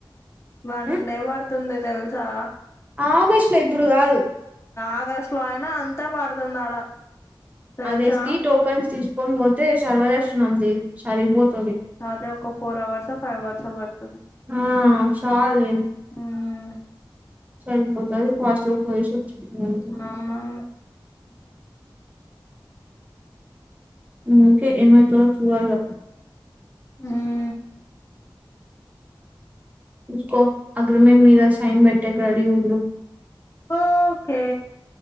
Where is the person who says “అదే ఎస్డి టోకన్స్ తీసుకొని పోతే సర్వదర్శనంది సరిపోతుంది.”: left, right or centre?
Right